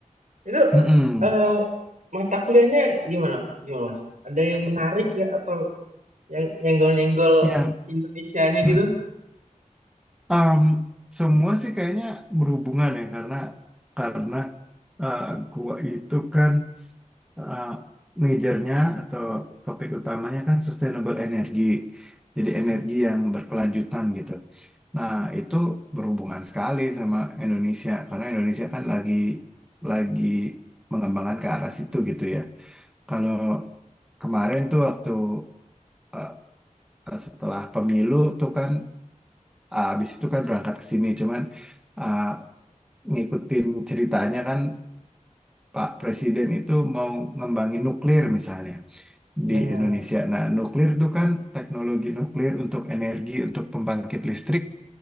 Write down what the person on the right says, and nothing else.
Itu
eh, mata kuliahnya gimana? Gimana Mas? Ada yang menarik nggak atau yang nyenggol-nyenggol
Indonesianya
gitu?
Mm-mm.
Ya.